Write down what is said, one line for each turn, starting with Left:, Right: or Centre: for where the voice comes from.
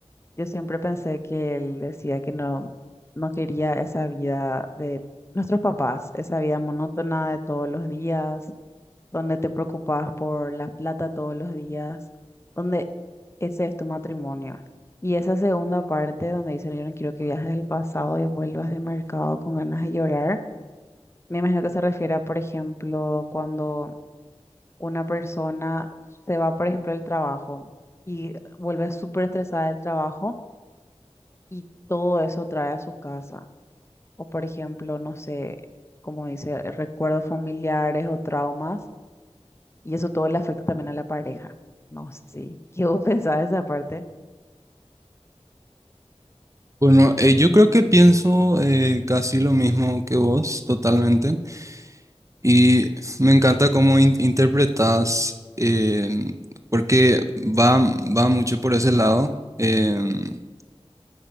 Left: Yo siempre pensé que él decía que no, no quería esa vida de nuestros papás, esa vida monótona de todos los días, donde te preocupas por la plata todos los días, donde ese es tu matrimonio. Y esa segunda parte donde dice, yo no quiero que viajes al pasado y vuelvas de mercado con ganas de llorar, me imagino que se refiere a, por ejemplo, cuando una persona se va, por ejemplo, al trabajo y vuelve súper estresada del trabajo y todo eso trae a su casa. O por ejemplo, no sé, como dice, recuerdos familiares o traumas, y eso todo le afecta también a la pareja. No sé, sí. <laughs> ¿qué vos pensás de esa parte?
Right: Bueno, eh, yo creo que pienso eh, casi lo mismo que vos, totalmente. Y me encanta cómo in- interpretas, em, porque va, va mucho por ese lado. em,